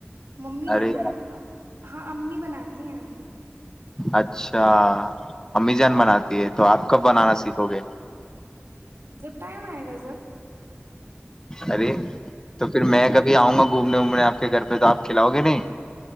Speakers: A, on the right; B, on the left.
A: ممی
B: ارے
A: ہے نا ہاں امی بناتی <inaudible>
B: اچھا امی جان بناتی ہے تو آپ کب بنانا سیکھو گے
A: جب ٹائم آئے گا جب
B: ارے تو پھر میں کبھی آؤں گا گھومنے وومنے آپ کے گھر پہ تو آپ کھلاؤ گے نہیں